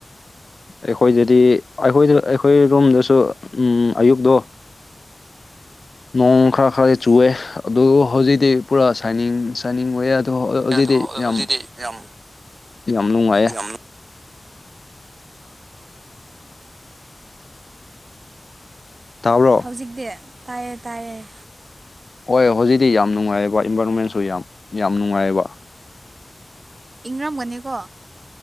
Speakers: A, on the left; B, on the right.
A: ꯑꯩꯈꯣꯏꯗꯗꯤ ꯑꯩꯈꯣꯏꯗ ꯑꯩꯈꯣꯏ ꯔꯨꯝꯗꯁꯨ ꯑꯌꯨꯛꯇꯣ ꯅꯣꯡ ꯈꯔ ꯈꯔ ꯆꯨꯋꯦ ꯑꯗꯨ ꯍꯧꯖꯤꯛꯇꯤ ꯄꯨꯔꯥ ꯁꯥꯏꯅꯤꯡ ꯁꯥꯏꯅꯤꯡ ꯑꯣꯏ ꯌꯥꯦ ꯑ ꯍꯧꯖꯤꯛꯗꯤ
B: ꯑꯗꯣ
A: ꯌꯥꯝ
B: ꯍꯧꯖꯤꯛꯇꯤ ꯌꯥꯝ
A: ꯌꯥꯝ ꯅꯨꯡꯉꯥꯏꯌꯦ
B: ꯌꯥꯝ
A: ꯇꯥꯔꯣ
B: ꯍꯧꯖꯤꯛꯇꯛꯇ ꯇꯥꯏꯌꯦ ꯇꯥꯏꯌꯦ
A: ꯍꯣꯏ ꯍꯧꯖꯤꯛꯇꯤ ꯌꯥꯝ ꯅꯨꯡꯉꯥꯏꯑꯕ ꯏꯟꯚꯥꯏꯔꯣꯟꯃꯦꯟꯁꯨ ꯌꯥꯝ ꯌꯥꯝ ꯅꯨꯡꯉꯥꯏꯑꯕ
B: ꯏꯪꯔꯝꯒꯅꯤꯀꯣ